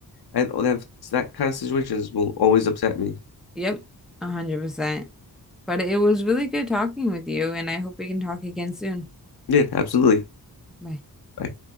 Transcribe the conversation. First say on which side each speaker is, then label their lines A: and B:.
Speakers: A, on the left; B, in the centre.
A: I that that kind of situations will always upset me.
B: Yep. 100%. But it was really good talking with you and I hope we can talk again soon.
A: Yeah, absolutely.
B: Bye.
A: I